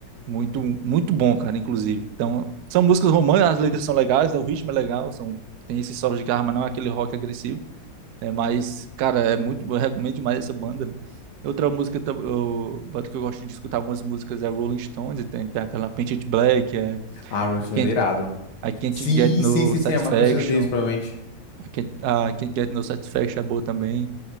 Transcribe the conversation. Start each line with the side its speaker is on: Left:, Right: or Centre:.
Right: Muito muito bom, cara, inclusive. Então, são músicas românticas, as letras são legais, né? o ritmo é legal, são tem esse solo de guitarra, mas não é aquele rock agressivo né? Mas, cara, é muito, eu recomendo demais essa banda, né? Outra música, tam- eu, banda que eu gosto de escutar algumas músicas é Rolling Stones, e tem, tem aquela Paint It Black, é
Left: Ah,
Right: I
Left: Rolling Stones
Right: Can't,
Left: é irado.
Right: I Can't
Left: Sim,
Right: Get No
Left: sim, sim,
Right: Satisfaction,
Left: sim, é a mais conhecida deles, provavelmente.
Right: I Can't, ah, I Can't Get No Satisfaction é boa também.